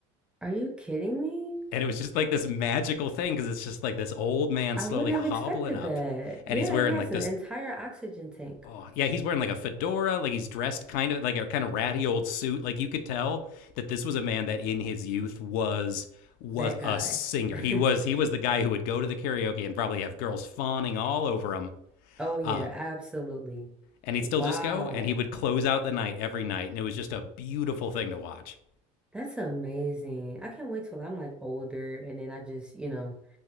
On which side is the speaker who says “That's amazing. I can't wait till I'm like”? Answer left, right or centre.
Centre